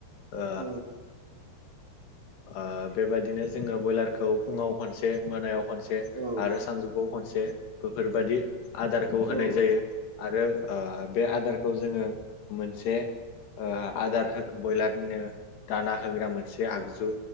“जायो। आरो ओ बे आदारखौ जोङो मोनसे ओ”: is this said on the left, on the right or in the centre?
Left